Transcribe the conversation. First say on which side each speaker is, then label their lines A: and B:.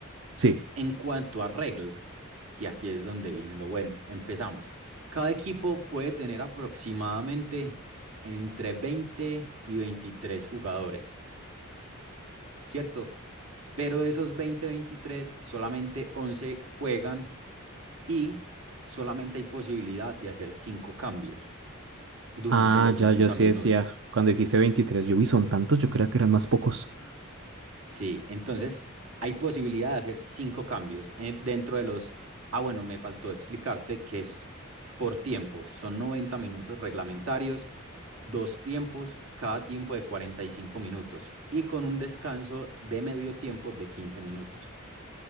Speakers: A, on the right; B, on the right.
A: Sí.
B: En cuanto a reglas, que aquí es donde viene lo bueno, empezamos. Cada equipo puede tener aproximadamente entre 20 y veintitrés jugadores, ¿cierto? Pero de esos 20 23 solamente 11 juegan y solamente hay posibilidad de hacer 5 cambios durante
A: Ah,
B: los
A: ya,
B: 90
A: yo sí
B: minutos.
A: decía, cuando dijiste veintitrés. yo vi son tantos, yo creía que eran más pocos.
B: Sí, entonces hay posibilidad de hacer cinco cambios eh, dentro de los... Ah, bueno, me faltó explicarte que es por tiempo. Son 90 minutos reglamentarios, dos tiempos, cada tiempo de 45 minutos y con un descanso de medio tiempo de 15 minutos